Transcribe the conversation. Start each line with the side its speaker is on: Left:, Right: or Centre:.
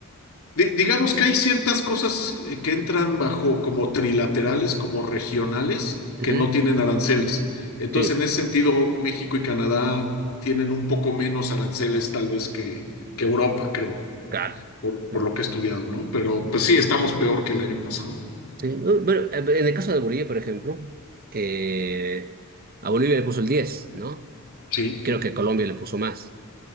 Left: Di- digamos que hay ciertas cosas eh, que entran bajo como trilaterales, como regionales,
Right: Ujú.
Left: que no tienen aranceles. Entonces,
Right: Sí,
Left: en ese sentido, México y Canadá tienen un poco menos aranceles tal vez que, que Europa, creo,
Right: claro.
Left: por, por
Right: claro.
Left: lo que he estudiado, ¿no? Pero pues sí, estamos peor que el año pasado. ¿no?
Right: Sí. No, Bueno, eh, en el caso de Bolivia, por ejemplo, eh, a Bolivia le puso el diez ¿no?
Left: Sí,
Right: Creo que Colombia le puso más.